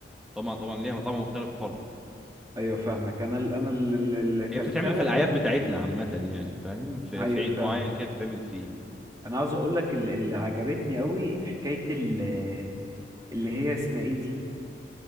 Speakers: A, in the centre; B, on the right.
A: طبعا طبعا ليها طعم مختلف خالص
B: ايوه فاهمك انا ال- انا ال- ال- اللي اكلتها
A: هي بتتعمل في الاعياد بتاعتنا عامه يعني فاهم في,
B: ايوه
A: في عيد
B: فاهمك
A: معين كده بتتعمل فيه
B: انا عاوز اقول لك ال- اللي عجبتني قوي حكاية ال- اللي هي اسمها ايه دي